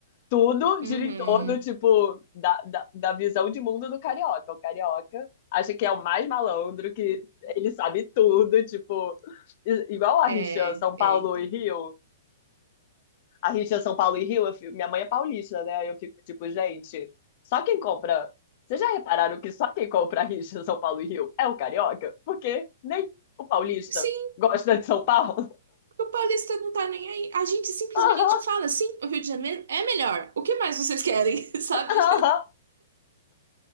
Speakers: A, on the left (about 35°); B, on the right (about 75°).
A: tudo
B: Uhum.
A: gira em torno, tipo, da, da, da visão de mundo do carioca. O carioca acha que é o mais malandro, que ele sabe tudo, tipo, i- igual a
B: É,
A: rixa São Paulo
B: é, entendo.
A: e Rio, a rixa São Paulo e Rio, eu fico- minha mãe é paulista, né? Aí Eu fico tipo, gente, só quem compra. Vocês já repararam que só quem compra a rixa São Paulo e Rio é o carioca? Porque nem o paulista
B: Sim,
A: gosta de São Paulo.
B: o paulista não tá nem aí. A gente simplesmente
A: <laughs> Aham,
B: fala, sim, o Rio de Janeiro é melhor. O que mais vocês querem, <laughs> sabe?
A: aham.